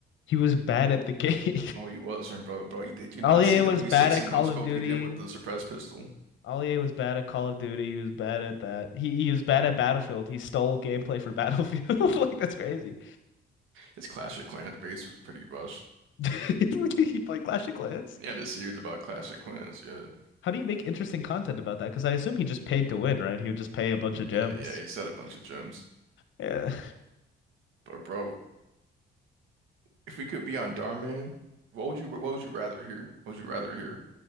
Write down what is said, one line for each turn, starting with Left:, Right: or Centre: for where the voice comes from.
Left: He was bad at the game.
Right: No, he wasn't, bro. Bro,
Left: <laughs>
Right: did you not
Left: Ollie
Right: see
Left: was
Right: the 360
Left: bad at Call
Right: no scope
Left: of Duty.
Right: he did with the suppressed pistol?
Left: Ollie was bad at Call of Duty. He was bad at that. He he was bad at Battlefield. He stole gameplay for Battlefield. <laughs> Like that's crazy.
Right: His Clash of Clans base was pretty rushed.
Left: <laughs> He played Clash of Clans.
Right: Yeah, the series about Clash of Clans. Yeah,
Left: How do you make interesting content about that? Because I assume he just paid to win, right? He would just pay a bunch of gems.
Right: yeah, yeah. He said a bunch of gems.
Left: Yeah,
Right: But bro, if we could be on Darman, what would you what would you rather hear? What would you rather hear?